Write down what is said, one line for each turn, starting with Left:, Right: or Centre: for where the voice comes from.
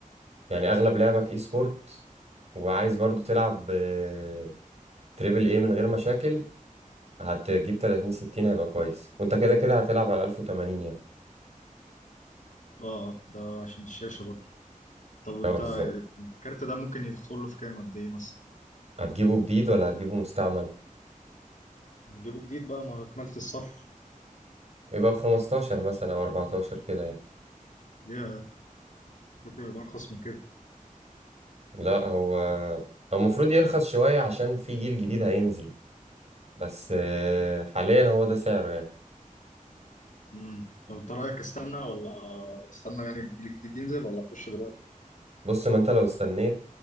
Right: يعني اغلب لعبك اي سبورت وعايز برضو تلعب آه، تريبل اي من غير مشاكل هتجيب 30 60 هيبقى كويس وانت كده كده هتلعب على 1080 يعني
Left: اه ده عشان الشاشة برضه طب وانت
Right: اه بالظبط
Left: آه، الكارت ده ممكن يدخل له في كام قد ايه مثلا؟
Right: هتجيبه جديد ولا هتجيبه مستعمل
Left: نجيبه جديد بقى ما كملت الصف
Right: يبقى ب 15 مثلا او 14 كده يعني
Left: يا ممكن يبقى ارخص من كده
Right: لا هو هو المفروض يرخص شوية عشان في جيل جديد هينزل بس آه، حاليا هو ده سعره يعني
Left: امم طب انت رأيك استنى ولا استنى يعني الجيل الجديد ينزل ولا اخش دلوقتي؟
Right: بص ما انت لو استنيت